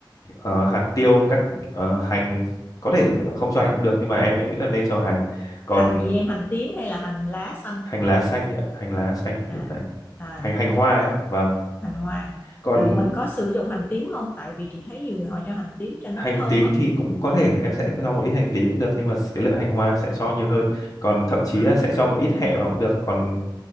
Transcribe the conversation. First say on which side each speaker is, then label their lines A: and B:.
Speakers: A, on the left; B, on the left.
A: ờ, hạt tiêu các ờ, hành có thể không cho hành cũng được nhưng mà em em nghĩ là nên cho hành còn
B: hành gì em hành tím hay là hành lá xanh
A: hành lá xanh thì- hành lá xanh
B: à
A: này
B: à
A: hành hành hoa ấy vâng
B: hành hoa
A: còn
B: rồi mình có sử dụng hành tím không tại vì chị thấy nhiều người họ cho hành tím cho nó
A: hành
B: thơm
A: tím
B: á
A: thì cũng có thể em sẽ cho một ít hành tím cũng được nhưng mà cái lượng hành hoa sẽ cho nhiều hơn còn thậm chí
B: à
A: là sẽ cho một ít hẹ vào cũng được còn